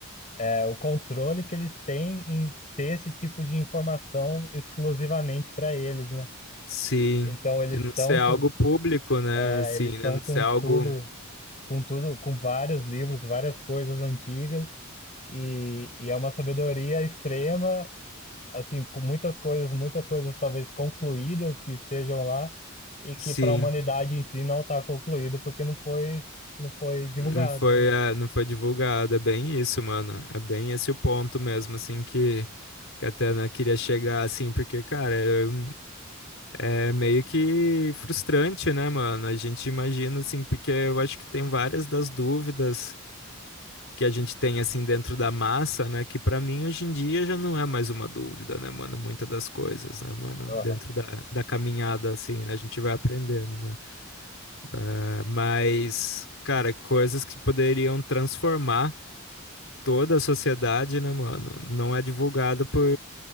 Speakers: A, on the left; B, on the left.
A: é, o controle que eles têm em ter esse tipo de informação exclusivamente para eles, né?
B: sim,
A: Então eles
B: de não
A: estão
B: ser algo
A: com,
B: público, né,
A: é,
B: assim,
A: eles estão
B: né, não
A: com
B: ser algo,
A: tudo com tudo, com vários livros, várias coisas antigas, e, e é uma sabedoria extrema, assim, com muitas coisas, muitas coisas talvez concluídas que estejam lá, e que
B: sim,
A: para a humanidade em si não está concluído porque não foi, não foi divulgado,
B: não foi,
A: né?
B: eh, não foi divulgado, é bem isso, mano, é bem esse o ponto mesmo, assim, que, que até, né, queria chegar, assim, porque, cara, eu É meio que frustrante, né, mano? A gente imagina, assim, porque eu acho que tem várias das dúvidas que a gente tem, assim, dentro da massa, né? Que pra mim, hoje em dia, já não é mais uma dúvida, né, mano? Muitas das coisas, né, mano?
A: Aham.
B: Dentro da, da caminhada, assim, né? A gente vai aprendendo, né? Eh, mas, cara, coisas que poderiam transformar toda a sociedade, né, mano? Não é divulgado por,